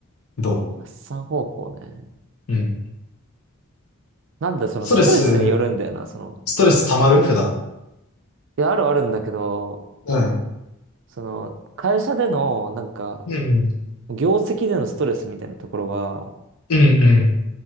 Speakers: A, on the left (about 85°); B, on the right (about 55°).
A: ど
B: 発散方法ね。
A: ううん。
B: なんだ、そのストレスによるんだよな、
A: ストレス、
B: その。
A: ストレス溜まる普段。
B: いや、あるはあるんだけど、
A: うん。
B: その、会社での、なんか、
A: うんうん。
B: 業績でのストレスみたいなところは、
A: うんうん。